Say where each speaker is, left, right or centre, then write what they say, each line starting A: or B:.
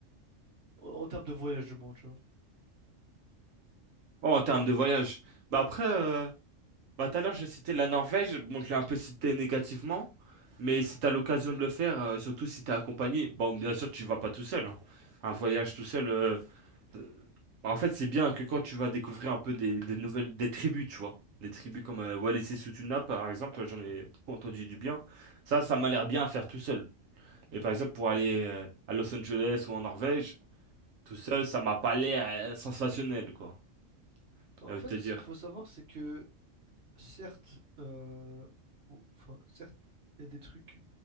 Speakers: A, on the right; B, on the right.
A: En, en termes de voyage, je monde tu vois.
B: Oh, en termes de voyage. Bah après... euh, Bah, tout à l'heure, je citais la Norvège. Bon, je l'ai un peu cité négativement. Mais si t'as l'occasion de le faire, euh, surtout si t'es accompagné, bon, bien sûr, tu vas pas tout seul. hein. Un voyage tout seul, euh, euh, en fait, c'est bien que quand tu vas découvrir un peu des, des nouvelles, des tribus, tu vois. Des tribus comme euh, Wallis et Futuna, par exemple, j'en ai beaucoup entendu du bien. Ça, ça m'a l'air bien à faire tout seul. Et par exemple, pour aller euh, à Los Angeles ou en Norvège, tout seul, ça m'a pas l'air euh, sensationnel, quoi.
A: Bah,
B: J'ai
A: En
B: envie
A: fait,
B: de te dire.
A: ce qu'il faut savoir, c'est que certes, euh, ou- enfin, certes, il y a des trucs